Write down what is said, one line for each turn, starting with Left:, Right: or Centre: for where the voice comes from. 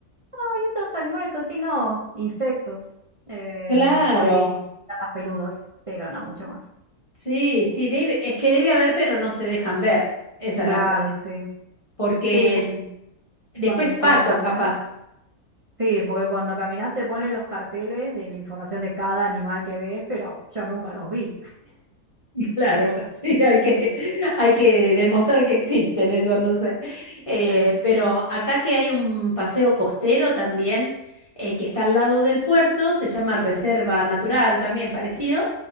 Right: y otros animales así, no, insectos, em,
Left: claro.
Right: por ahí gatas peludas, pero no mucho más.
Left: Sí, sí, debe, es que debe haber, pero no se dejan ver. Esa
Right: Claro,
Left: es la cuestión.
Right: sí.
Left: Porque
Right: Sí, porque
Left: mm, después
Right: cuan- cuando,
Left: patos,
Right: caminas.
Left: capaz.
Right: Sí, porque cuando caminas te ponen los carteles de la información de cada animal que ves, pero yo nunca los vi.
Left: Claro, <laughs> sí, hay que, hay que demostrar que existen, eso no sé. Eh,
Right: Sí.
Left: pero acá que hay un paseo costero también, eh, que está al lado del puerto, se llama Reserva Natural también, parecido,